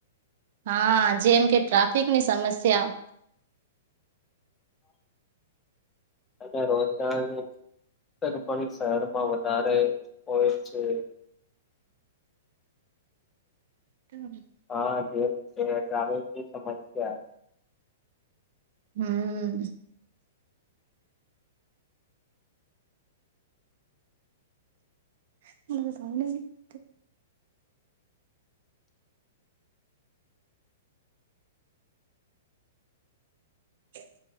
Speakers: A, on the right; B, on the left.
A: હા જેમ કે ટ્રાફિક ની સમસ્યા
B: અ રોજગારની તક પણ શહેરમાં વધારે હોય છે
A: તો
B: હા જેમ છે ટ્રફિક ની સમસ્યા
A: હમ હમ <inaudible> હ <unintelligible>